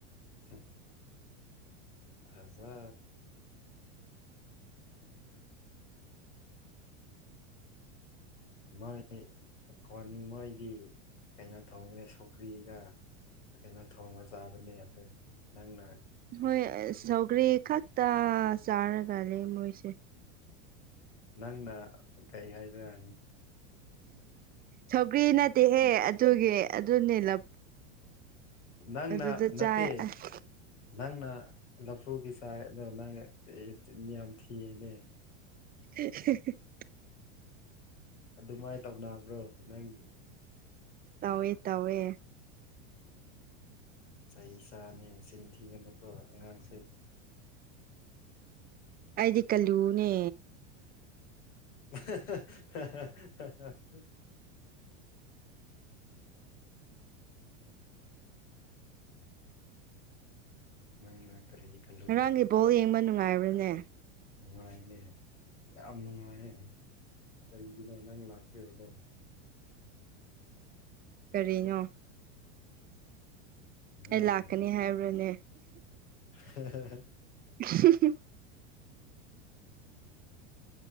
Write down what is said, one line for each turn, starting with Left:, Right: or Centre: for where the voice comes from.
Left: ꯑ ꯊꯖꯦ ꯃꯣꯏ ꯃꯣꯏꯗꯤ ꯀꯩꯅꯣ ꯇꯧꯕꯈꯦ ꯁꯨꯀ꯭ꯔꯤꯗ ꯀꯩꯅꯣ ꯊꯣꯡꯕ ꯆꯥꯕꯅꯦ ꯑꯗꯨ ꯅꯪꯅ
Right: ꯍꯣꯏ ꯁꯧꯒꯔꯤ ꯈꯛꯇ ꯆꯥꯔꯒ ꯂꯩ ꯃꯣꯏꯁꯦ
Left: ꯅꯪꯅ ꯀꯩ ꯍꯥꯏꯗꯔ
Right: ꯁꯧꯒ꯭ꯔꯤ ꯅꯠꯇꯦꯍꯦ ꯑꯗꯨꯒꯤ ꯑꯗꯨꯅꯦ ꯂꯞ
Left: ꯅꯪꯅ
Right: ꯑꯗꯨꯗ
Left: ꯅꯠꯇꯦ
Right: ꯆꯥꯏ ꯑꯁ
Left: ꯅꯪꯅ ꯂꯐꯨꯒꯤ ꯆꯥꯏ ꯑꯗꯣ ꯅꯪꯅꯤꯌꯝ ꯁꯤꯌꯦꯅꯦ
Right: <inaudible>
Left: ꯑꯗꯨꯃꯥꯏꯅ ꯇꯧꯅꯕ꯭ꯔꯣ ꯅꯪ
Right: ꯇꯋꯦ ꯇꯋꯦ
Left: ꯆꯍꯤ ꯆꯥꯅꯤꯆꯤꯟ ꯊꯤꯅꯅꯕ ꯑꯉꯥꯡꯁ
Right: ꯑꯩꯗꯤ ꯀꯜꯂꯨꯅꯦ
Left: <inaudible> ꯅꯪꯅ ꯀꯔꯤ ꯈꯜꯂꯨ
Right: ꯉꯔꯥꯡꯒꯤ ꯕꯜ ꯌꯦꯡꯕ ꯅꯨꯡꯉꯥꯏꯕ꯭ꯔꯅꯦ
Left: ꯅꯨꯡꯉꯥꯏꯅꯦ ꯌꯥꯝ ꯅꯨꯡꯉꯥꯏꯌꯦ ꯀꯩꯒꯤꯅꯣ ꯅꯪ ꯂꯥꯛꯇꯣꯏꯕꯗꯣ
Right: ꯀꯔꯤꯅꯣ
Left: ꯅꯪ
Right: ꯑꯩ ꯂꯥꯛꯀꯅꯤ ꯍꯥꯏꯕ꯭ꯔꯅꯦ
Left: ꯍ
Right: <inaudible>